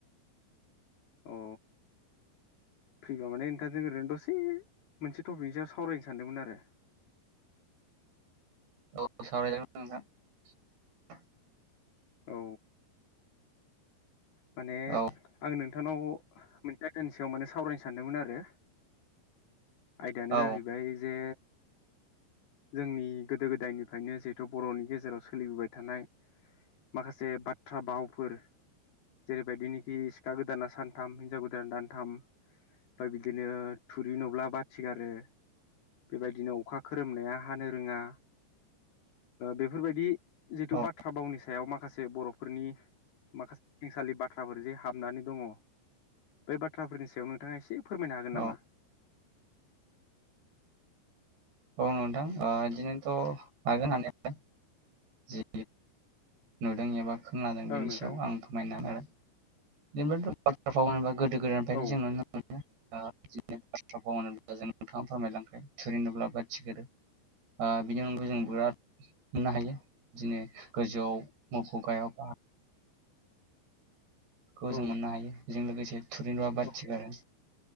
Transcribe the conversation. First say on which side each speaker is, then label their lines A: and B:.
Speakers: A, on the left; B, on the right.
A: औ फ्रिबा माने नोंथांजों ओरैनो दसे मोनसे टपिकनि सायाव सावरायनो सानदोंमोन आरो।
B: औ सावरायजागोन नोंथां।
A: औ। माने
B: औ
A: आं नों नोंथांनाव मोनसे आयदानि सायाव माने सावरायनो सानदोंमोन आरो। आयदायानो
B: औ
A: जाहैबाय जे जोंनि गोदो गोदायनिफ्रायनो जिहेथु बर'नि गेजेराव सोलिबोबाय थानाय माखासे बाथ्रा भावफोर जेरैबायदिनोखि सिखा गोदाना सानथाम हिनजाव गोदाना दानथाम, ओमफ्राय बिदिनो थुरि नुब्ला बाथि गारो, बेबायदिनो अखा खोरोमनाया हानो रोङा बेफोरबायदि जिथु
B: औ
A: बाथ्रा भावनि सायाव माख माखासे बर'फोरनि माखासे खेंसालि बाथ्राफोर जे हाबनानै दङ' बै बाथ्राफोरनि सायाव नोंथाङा एसे फोरमायनो हागोन नामा?
B: औ औ नोंथां बिदिनोथ' हागोन हानायालाय जि नुदों एबा खोनादों बेनि
A: ओं नोंथां
B: सायाव आं फोरमायनो नाजागोन। <unintelligible> गोदो गोदायनिफ्रायनो
A: औ
B: जों नुनो मोनो <unintelligible> जों नोंथाङा फोरमायलांबाय थुरि नुब्ला बाथि गारो मिथिगोरो ओ बिनि अनगायै जों बिराद मोननो हायो बिदिनो गोजौआव मोफौ गाहायाव बाहागो खौ
A: औ
B: जों मोननो हायो बेजों लोगोसे थुरि नुब्ला बाथि
A: औ
B: गारो